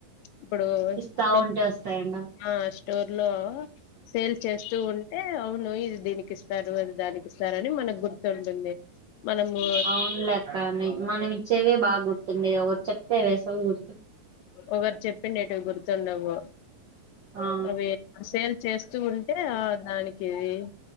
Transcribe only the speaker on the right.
ఇస్తా
ఉంటే వస్తాయంట
అవునులేక్కనీ మనం ఇచ్చేదే బా గుర్తుంది ఎవరి చెప్పేదాసల్ ఓరు
ఆ